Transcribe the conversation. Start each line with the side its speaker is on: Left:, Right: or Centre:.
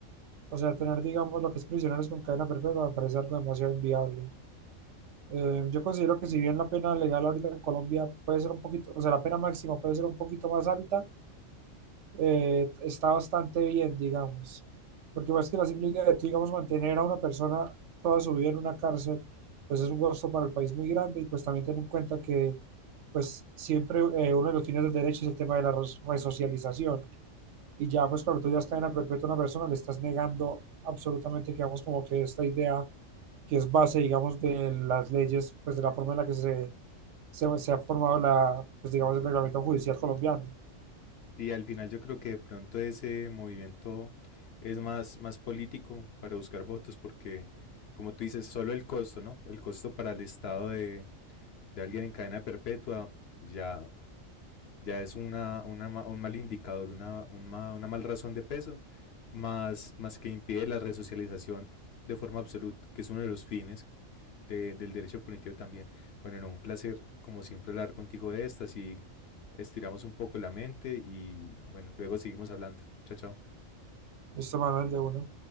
Right: O sea, tener, digamos, lo que es prisioneros con cadena perpetua me parece algo demasiado inviable. Eh, yo considero que si bien la pena legal ahorita en Colombia puede ser un poquito, o sea, la pena máxima puede ser un poquito más alta, eh, está bastante bien, digamos. Porque más que la implica de tú, digamos, mantener a una persona toda su vida en una cárcel, pues es un costo para el país muy grande y pues también ten en cuenta que pues siempre eh, uno de los fines del derecho es el tema de la res- resocialización y ya pues cuando tú ya es cadena perpetua a una persona, le estás negando absolutamente, digamos, como que esta idea que es base, digamos, de las leyes, pues de la forma en la que se, se, se ha formado la, pues digamos, el reglamento judicial colombiano.
Left: Y al final yo creo que de pronto ese movimiento es más, más político para buscar votos, porque como tú dices, solo el costo, ¿no? El costo para el Estado de, de alguien en cadena perpetua ya, ya es una, una ma- un mal indicador, una, un ma- una mal razón de peso, más, más que impide la resocialización de forma absoluta, que es uno de los fines de- del derecho punitivo también. Bueno, no, un placer, como siempre, hablar contigo de estas y estiramos un poco la mente y bueno, luego seguimos hablando. Chao, chao.
Right: Este Manuel de uno.